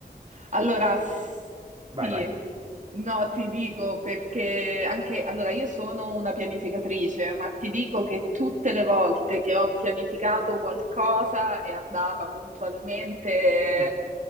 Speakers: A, on the right (about 45°); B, on the right (about 30°).
A: allora s- sì,
B: Vai, vai.
A: no, ti dico perché anche, allora io sono una pianificatrice, ma ti dico che tutte le volte che ho pianificato qualcosa è andata puntualmente
B: Mm,